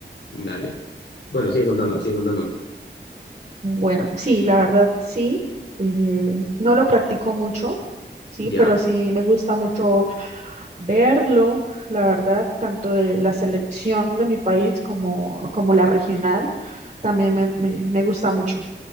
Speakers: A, on the left (about 70°); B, on the right (about 40°).
A: Dale. Bueno, sigue contándome, sigue contándome.
B: Bueno, sí, la verdad sí. Eh, no lo practico mucho, sí,
A: Ya.
B: pero sí me gusta mucho verlo, la verdad, tanto de la selección de mi país como, como la regional, también me, me, me gusta mucho,